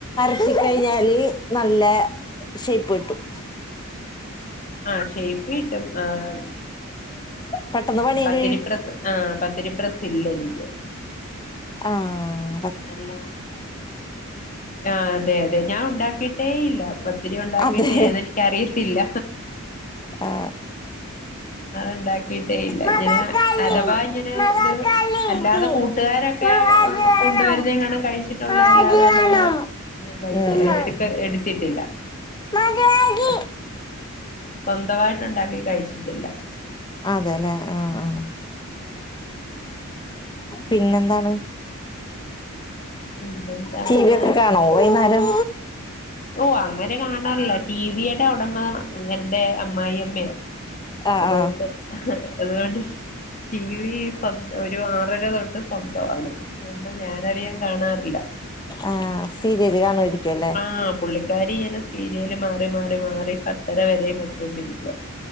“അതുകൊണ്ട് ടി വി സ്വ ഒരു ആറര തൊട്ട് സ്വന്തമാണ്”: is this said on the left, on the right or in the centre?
Left